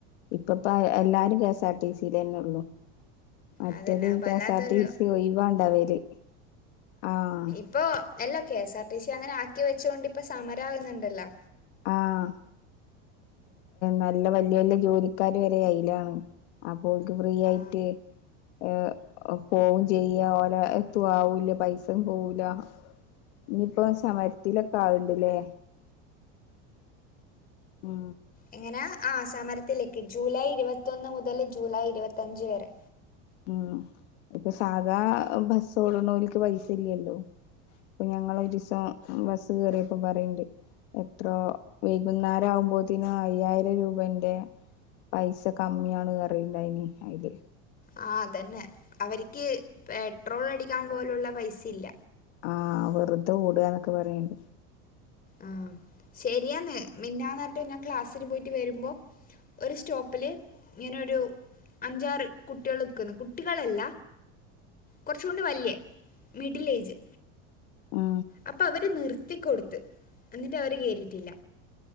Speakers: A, on the left; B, on the left.
A: ഇപ്പപ്പ എല്ലാരും K S R T C ലന്നെ ഉള്ളു. മറ്റേത്
B: അതന്നെ അത് വല്ലാത്തൊരു
A: കെ എസ് ആർ ടി സി ഒയിവാണ്ടാവല് ആഹ്.
B: അപ്പൊ എല്ലാ കെഎസ് ആർ ടി സി അങ്ങനെ ആക്കി വെച്ചൊണ്ട് ഇപ്പ സമരാകുന്നുണ്ടല്ലോ?
A: ആഹ് നല്ല വല്യ വല്യ ജോലിക്കാര് വരെ അയ്ലാണ്. അപ്പോ ഓൽക്ക് ഫ്രീ
B: ആ
A: ആയിട്ട് ഏഹ് പോകും ചെയ്യാ ഓല എത്തു ആവൂല പൈസയും പോവൂല. ഇനിയിപ്പൊ സമരത്തിലൊക്കെ ആവണ്ടല്ലേ? മ്.
B: എങ്ങനെ ആഹ് സമരത്തിലേക്ക് ജൂലൈ ഇരുപത്തൊന്ന് മുതൽ ജൂലൈ ഇരുപത്തയഞ്ച് വരെ.
A: ഉം ഇപ്പൊ സാധാ ബസ്സോടണോൽക്ക് പൈസ ഇല്ലല്ലോ? അപ്പൊ ഞങ്ങള ഒരിസം ബസ്സ് കേറിയപ്പോ പറയണ്ട്. എത്രോ വൈകുന്നേരം ആകുമ്പോത്തിനും അയ്യായിരം രൂപന്റെ. പൈസ കമ്മിയാണ് പറിയിണ്ടായിനി അയില്.
B: ആഹ് അതന്നെ അവർക്ക് പെട്രോൾ അടിക്കാൻ പോലുള്ള പൈസ ഇല്ല.
A: ആഹ് വെറുതെ ഓടുകാന്നൊക്കെ പറയണ്ട്.
B: ആഹ് ശരിയന്ന് മിഞ്ഞാന്നാറ്റം ഞാൻ ക്ലാസ്സിൽ പോയിട്ട് വരുമ്പോ ഒരു സ്റ്റോപ്പില് ഇങ്ങനൊരു അഞ്ചാറ് കുട്ടികൾ നിക്കുന്ന് കുട്ടികളല്ല കുറച്ച കൊണ്ട് വല്യേ മിഡിൽ ഏജ്
A: ആഹ്.
B: അപ്പൊ അവര് നിർത്തിക്കൊടുത്ത് എന്നിട്ട് അവര് കേറിട്ടില്ല.